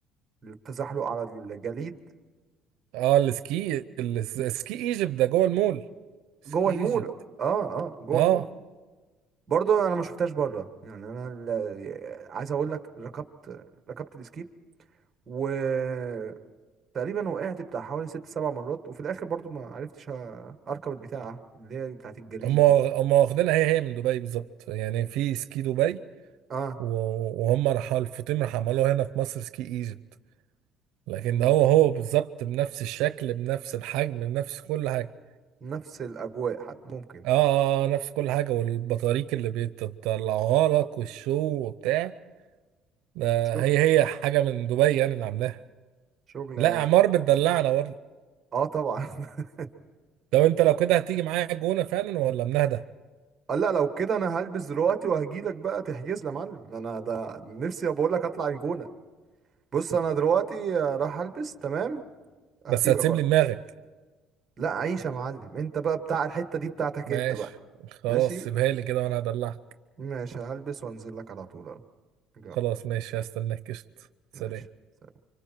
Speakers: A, on the right; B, on the right.
A: التزحلق على الجليد
B: اه السكي الس- السكي ايجيبت ده جوه المول سكي
A: جوه المول
B: ايجيبت
A: اه اه جوه
B: اه
A: المول برضه انا ما شفتهاش بره يعني انا ال- عايز اقول لك ركبت ركبت السكيب وتقريبا وقعت بتاع حوالي ست سبع مرات وفي الاخر برضه ما عرفتش أ- اركب البتاعة اللي هي بتاعت الجليد
B: هم هم
A: دي
B: واخدينها هي هي من دبي بالظبط يعني في سكي دبي
A: اه
B: و- وهم راحوا الفطيم راح عملوها هنا في مصر سكي ايجيبت لكن
A: مم.
B: ده هو هو بالظبط بنفس الشكل بنفس الحجم بنفس كل حاجة
A: نفس الاجواء حد ممكن
B: اه آه، آه، نفس كل حاجة والبطاريق اللي بيطلعوها لك والشو وبتاع ده
A: شغل
B: هي هي حاجة من دبي يعني اللي عاملاها
A: شغل
B: لا
A: عالي
B: اعمار بتدلعنا برضه
A: اه طبعا <laughs>
B: لو انت لو كده هتيجي معايا الجونه فعلا ولا منهدة
A: قال لا لو كده انا هلبس دلوقتي وهجيلك بقى تحجز لي يا معلم انا ده نفسي بقول لك اطلع الجونه بص انا دلوقتي راح البس تمام هسيبك
B: بس هتسيب
A: وقت.
B: لي دماغك
A: لا عيش يا معلم انت بقى بتاع الحته دي بتاعتك
B: ماشي
A: انت بقى
B: خلاص
A: ماشي
B: سيبها لي كده وانا هدلعك
A: ماشي هلبس وانزل لك على طول اهو يلا
B: خلاص ماشي هستناك قشط سلام
A: ماشي